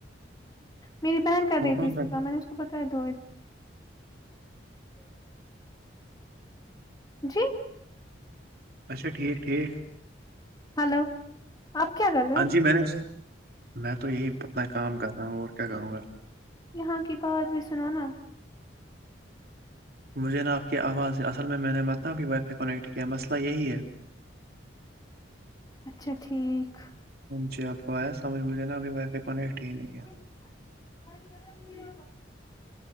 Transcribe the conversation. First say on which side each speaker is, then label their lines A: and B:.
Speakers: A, on the left; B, on the right.
A: میری بہن کر
B: وہ
A: رہی
B: کون
A: تھی اس
B: سا
A: پ کام میںنے <unintelligible> جی
B: اچھا ٹھیک ٹھیک
A: ہلو آپ کیا کر رہیں
B: ہاں جی میں نے میں تو یہی اپنا کام کر رہا ہوں اور کیا کروں گا
A: یہاں کی بات بھی سنو نا
B: مجھے نا آپ کی آواز ہے اصل میں میں نے مطلب نا ابھی وائی فائی کنیکٹ کیا مسئلہ یہی ہے
A: اچھا ٹھیک
B: جی آپ کو آیا سمجھ مجھے نا ابھی وائی فائی کنیکٹ ہی نہیں ہے
A: <inaudible>